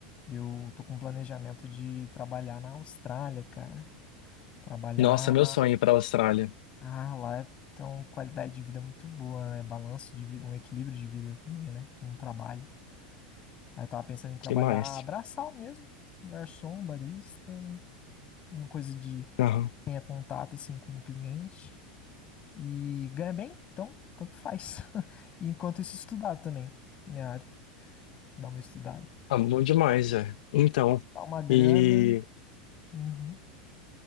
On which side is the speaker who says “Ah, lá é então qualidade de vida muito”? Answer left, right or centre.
Left